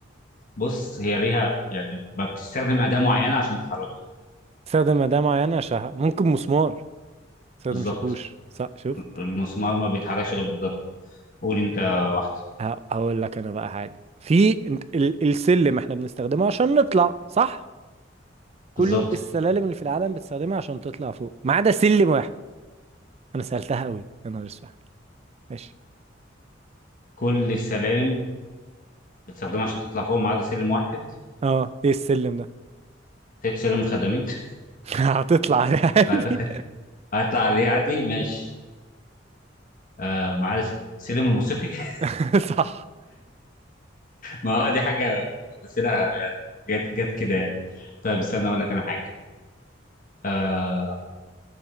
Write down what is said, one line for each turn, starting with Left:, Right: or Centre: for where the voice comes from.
Left: بص هي ليها يعني ما بتستخدم اداه معينه عشان تحركها
Right: استخدم أداة معينة عشان ممكن مسمار استخدم
Left: بالظبط
Right: شاكوش صح شوف
Left: المسمار ما بيتحركش غير بالضرب قول انت واحده
Right: ه- هقول لك انا بقى حاجه في انت- ال- السلم احنا بنستخدمه عشان نطلع صح كل
Left: بالظبط
Right: السلالم اللي في العالم بتستخدمها عشان تطلع فوق ما عدا سلم واحد انا سالتها قوي يا نهار اسود ماشي
Left: كل السلالم بتستخدمها عشان تطلع فوق ما عدا سلم واحد
Right: اه ايه السلم ده
Left: س- سلم الخدامين <laughs>
Right: <laughs> هتطلع عليه عادي
Left: فأعتقد هطلع عليه عادي ماشي آه ما عدا س- سلم الموسيقي <laughs>
Right: <laughs> صح
Left: ما هو دي حاجه بس لا يعني جت جت كده يعني طيب استنى اقول لك انا حاجه آه